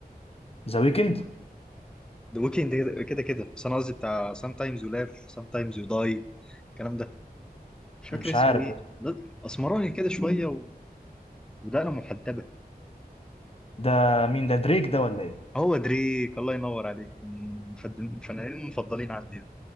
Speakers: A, on the left; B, in the centre.
A: ذا ويكند
B: ذا ويكند كده كده بس انا قصدي بتاع سام تايمز يو لاف سام تايمز يو داي الكلام ده مش فاكر
A: مش
B: اسمه
A: عارف
B: ايه
A: يا اسطى
B: ده اسمراني كده شويه و- ودقنه محدبه
A: ده مين ده دريك ده ولا ايه
B: هو دريك الله ينور عليك من فد- من الفنانين المفضلين عندي ده.